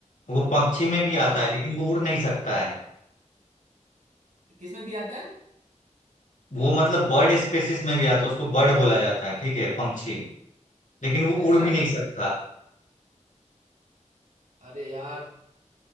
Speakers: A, on the left (about 75°); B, on the right (about 75°).
A: वो पक्षी में भी
B: हाँ
A: आता है लेकिन वो उड़ नहीं सकता है
B: किसमें भी आता है
A: वो मतलब बर्ड स्पेसिस में भी आता है उसको बर्ड बोला जाता है ठीक है पंक्षी लेकिन वो
B: अच्छा
A: उड़ भी नहीं सकता
B: अरे यार